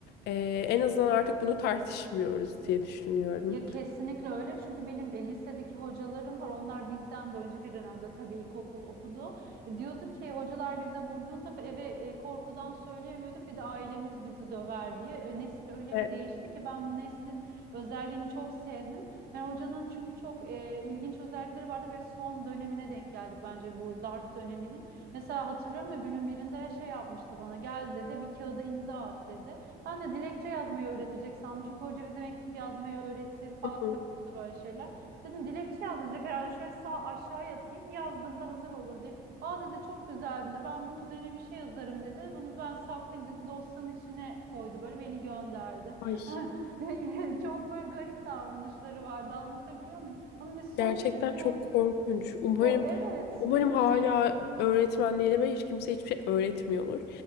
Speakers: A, on the left; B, on the right.
A: Ee, en azından artık bunu tartışmıyoruz diye düşünüyorum.
B: Ya kesinlikle öyle. Çünkü benim e, lisedeki hocalarım var. Onlar bizden de önceki dönemde tabii ilkokul okudu. E, Diyordu ki hocalar bize vurduğunda eve e, korkudan söyleyemiyorduk. Bir de ailemiz bizi döver diye. E, Nesil öyle
A: Evet.
B: bir değişti ki ben bu neslin özelliğini çok sevdim. Yani hocanın çünkü çok e, ilginç özellikleri vardı ve son dönemine denk geldik bence bu darp döneminin. Mesela hatırlıyorum da günün birinde şey yapmıştı bana. Gel dedi bir kağıda imza at dedi. Ben de dilekçe yazmayı öğretecek sandım. Çünkü hoca bize mektup yazmayı öğretir falan
A: Hı hı.
B: yapıyordu böyle şeyler. Dedim dilekçe yazacak herhalde. Şöyle sağ aşağıya atayım. Yazdığımda hazır olur diye. Aa dedi çok güzel dedi. Ben bunun üzerine bir şey yazarım dedi. Bunu ben saklayayım dedi. Dosyanın içine koydu böyle beni gönderdi.
A: Ay.
B: <laughs> Çok böyle garip davranışları vardı. Anlatabiliyor muyum? Ama biz son
A: Gerçekten
B: dönemine
A: çok korkunç. Umarım
B: ko- evet
A: umarım
B: evet.
A: hala öğretmenleri ve hiç kimse hiçbir şey öğretmiyordur.